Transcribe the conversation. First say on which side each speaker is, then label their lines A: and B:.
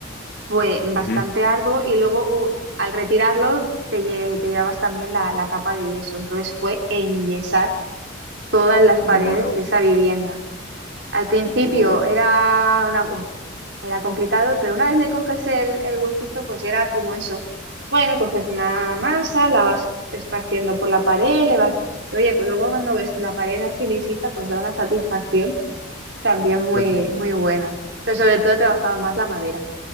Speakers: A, on the right; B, on the left.
A: fue bastante
B: Ujú.
A: arduo y luego u- al retirarlo te, lle- te llevabas también la, la capa de yeso. Entonces fue enyesar todas las
B: De
A: paredes
B: nuevo.
A: de esa vivienda. Al principio
B: Wow.
A: era una, uf, era complicado, pero una vez le coges el, el gustito, pues era como eso. Bueno, coges una
B: Ujú.
A: masa, la vas esparciendo por la pared, le vas... y Oye, luego cuando ves la pared así lisita, pues da una satisfacción también muy,
B: <laughs>
A: muy buena. Pero sobre todo he trabajado más la madera,